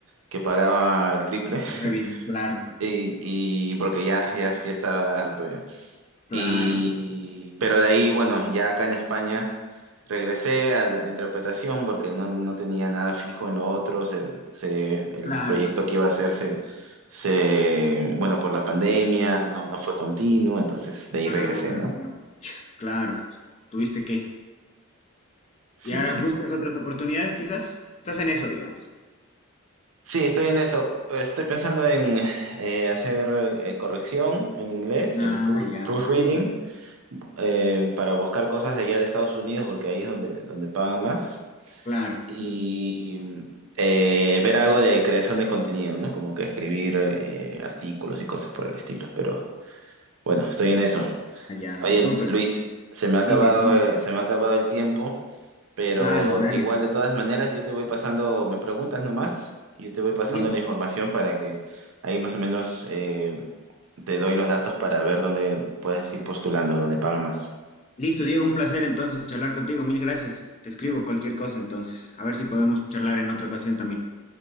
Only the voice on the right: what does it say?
que pagaba el triple
<laughs> y, y porque ya, ya, ya estaba harto ya.
Y, pero de ahí, bueno, ya acá en España regresé a la interpretación porque no, no tenía nada fijo en lo otro. Se, se- el
proyecto que iba a hacer se, se- bueno, por la pandemia no, no fue continuo, entonces de ahí
regresé, ¿no?
Sí,
sí.
Sí, estoy en eso. Estoy pensando en eh, hacer eh, corrección en inglés,
el proof-
proofreading,
eh, para buscar cosas de allá de Estados Unidos porque ahí es donde, donde pagan más.
y eh, ver algo de creación de contenido, ¿no? Como que escribir eh, artículos y cosas por el estilo, pero bueno, estoy en eso.
Oye,
Luis, se me ha
acabado,
eh, se me ha acabado el tiempo, pero
igual de todas maneras yo te voy pasando, me preguntas nomás, yo te voy pasando
la información para que ahí más o menos eh, te doy los datos para ver dónde puedes ir postulando, dónde pagan más.